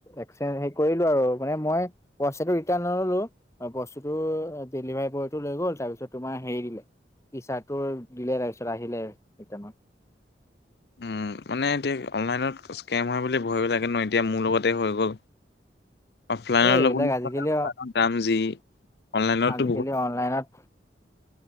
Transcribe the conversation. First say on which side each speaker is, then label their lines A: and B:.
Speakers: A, on the left; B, on the left.
A: এক্সচেঞ্জ হেৰি কৰিলো আৰু মানে মই পইচাটো ৰিটাৰ্ণ নললো। অ, বস্তুটো ডেলিভাৰী বয়টো লৈ গ'ল তাৰপিছত তোমাৰ হেৰি দিলে ই চাৰ্টটো দিলে তাৰপিছত আহিলে কেইটামান।
B: উম, মানে এতিয়া অনলাইনত স্কেম হয় বুলি ভাবিব লাগে ন এতিয়া মোৰ লগতে হৈ গ'ল। অফলাইন
A: এই এইবিলাক
B: ল'বল
A: আজিকালি
B: দাম যি অনলাইনো
A: আজিকালি
B: বহুত।
A: অনলাইনত